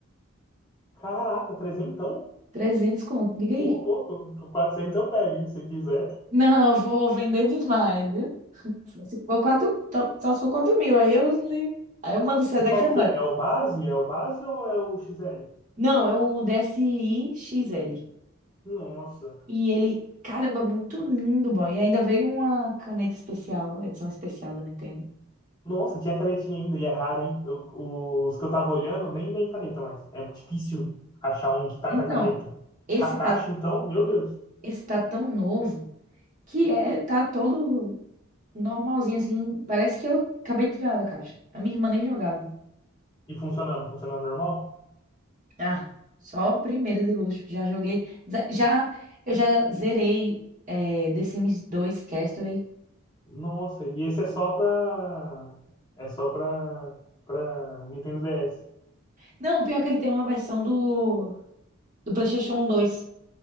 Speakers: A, on the left; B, on the right.
A: Caraca, trezentão?
B: trezentos conto, diga aí.
A: Ô, louco, 400 eu pego, hein, se quiser.
B: <laughs> Não, vou vender demais. Se for quatro, só, só se for 4 mil, aí eu, li- aí eu mando o Sedex
A: E qual
B: agora.
A: que é? É o base? É o base ou é o XL?
B: Não, é o DSI-XL.
A: Nossa.
B: E ele, caramba, muito lindo, boy. E ainda veio uma caneta especial, edição especial da Nintendo.
A: Nossa, tinha canetinha ainda, e é raro, hein? Eu- os que eu tava olhando nem vem caneta mais. É difícil achar um que tá
B: Então,
A: com a caneta.
B: esse
A: Kakashi,
B: tá,
A: então, meu Deus.
B: esse tá tão novo que é, tá todo normalzinho, assim. Parece que eu acabei de tirar da caixa. A minha irmã nem jogava.
A: E funcionando, funcionando normal?
B: Ah, só primeiro de luxo. Já joguei. ze- Já, eu já zerei é, The Sims 2 Castaway.
A: Nossa, e esse é só pra. É só pra. pra Nintendo DS.
B: Não, pior que ele tem uma versão do, do PlayStation 2.